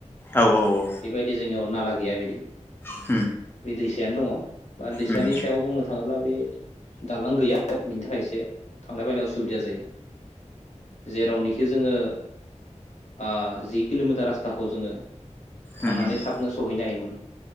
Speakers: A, on the left; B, on the left.
A: औ औ औ
B: बेबायदि जोंनियाव नाला गैया बिदि
A: उम
B: बे दैसायानो दङ' बा दैसानि
A: उम अ उम
B: सायाव बुंनो थां थाङोब्ला बे दालां गैया बेनि थाखायसो थांलाय फैलाय उसुबिदा जायो जेरावनोखि जोङो ओ आ जि किल'मिटार रासथाखौ जोङो
A: उम
B: थांनानै थाबनो सहैनो हायोमोन